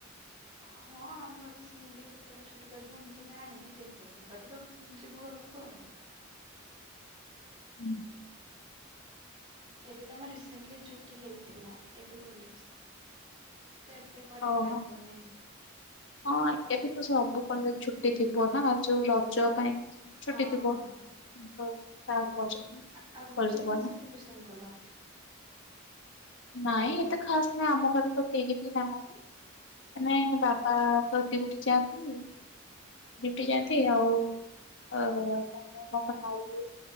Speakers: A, on the right; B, on the left.
A: ହଁ ଆମର ସେମତି କେତେବେଳେ ଛୁଟି କରିବ ମୁଁ ତ ଜାଣିନି ଯେତେବେଳେ ବି କରିବ ଯିବୁ ଘରକୁ ଆଉ।
B: ଉଁ
A: ଏବେ ତ ଆମର ରିସେଣ୍ଟଲି ଛୁଟି ହେଇଥିଲା ଏବେ ଖୋଲିଚି ତ ଏବେ ପରେ
B: ଓହୋ
A: ବି ଲାଗୁନି
B: ହଁ ଏବେ ତ ସବୁ କଲେଜ ଛୁଟି ଥିବ ନା ଯୋଉ
A: ହୁଁ
B: ରଜ ପାଇଁ ଛୁଟି
A: ହଁ
B: ଥିବ।
A: ହଁ।
B: ତ ତାପରେ
A: ଆ ଆଉ ରଜ
B: ଖୋଲିଥିବ
A: କେମତି
B: ନା
A: ସେଲିବ୍ରେସନ କଲ?
B: ନାଇଁ ଏତେ ଖାସ୍ ନାଇଁ ଆମ ଘରେ ତ କେହି ବି ନାହାଁନ୍ତି ମାନେ ବାପା ତ ଡ୍ୟୁଟି ଯାଆନ୍ତି ଡ୍ୟୁଟି ଯାଆନ୍ତି ଆଉ ଆଉ <inaudible>